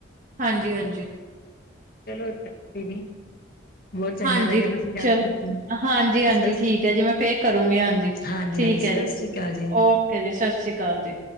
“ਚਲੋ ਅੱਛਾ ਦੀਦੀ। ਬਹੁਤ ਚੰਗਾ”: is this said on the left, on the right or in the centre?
Left